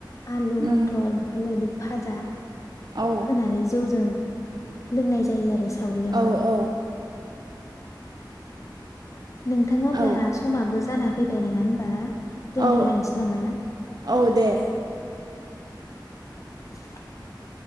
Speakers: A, on the left; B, on the right.
A: आलु
B: ओम
A: मथर बेफोरबायदि फाजा
B: औ
A: होनानै जौजों लोंनाय जायो आरो सावरि
B: औ
A: आवहाय।
B: औ
A: नोंथां अब्ला
B: ओम
A: समाबो जाना फैबाय नङा होनबा दोनथ
B: औ
A: लायनोसै नामा?
B: औ औ दे
A: <inaudible>